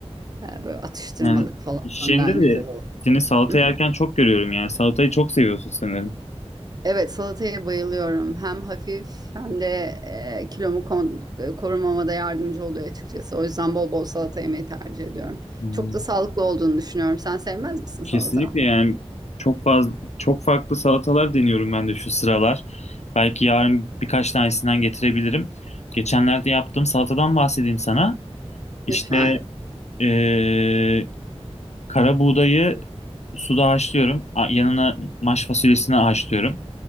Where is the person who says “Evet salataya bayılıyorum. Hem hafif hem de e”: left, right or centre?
Right